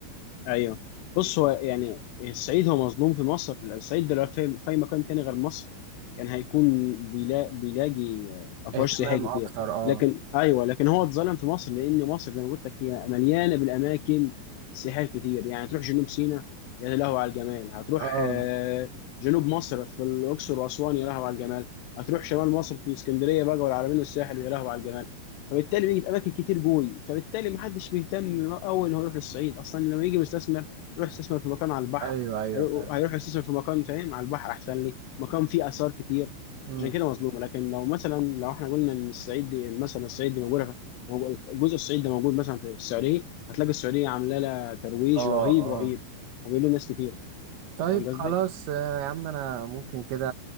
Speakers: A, on the left (about 80°); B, on the right (about 75°).
A: ايوه بص هو يعني الصعيد هو مظلوم في مصر الصعيد ده لو في... في أي مكان تاني غير مصر كان هيكون بيلا... بيلاقي افواج
B: اهتمام
A: سياحيه
B: اكتر
A: كتير
B: اه
A: لكن ايوه لكن هو اتظلم في مصر لان مصر زي ما قلت لك هي مليانه بالاماكن سياحيه كتير يعني تروح جنوب سيناء يا لهو على الجمال هتروح
B: اه
A: آه، جنوب مصر في الاقصر واسوان يا لهو على الجمال هتروح شمال مصر في اسكندريه بقى والعلمين والساحل يا لهو على الجمال فبالتالي بيجي اماكن كتير جوي فبالتالي محدش بيهتم قوي ان هو يروح للصعيد اصلا لما يجي مستثمر يروح يستثمر في مكان على البحر
B: ايوه ايوه
A: هيرو-
B: فاهم
A: هيروح يستثمر في مكان فاهم على البحر احسن لي مكان فيه اثار كتير
B: مم.
A: عشان كده مظلوم لكن لو مثلا لو احنا قلنا ان الصعيد دي مثلا الصعيد دي موجوده في موجود- الجزء الصعيد ده موجود مثلا في السعوديه هتلاقي السعوديه عامله لها ترويج
B: اه
A: رهيب
B: اه
A: رهيب وبيقول له ناس كتير
B: طيب
A: فاهم قصدي؟
B: خلاص آه، يا عم انا ممكن كده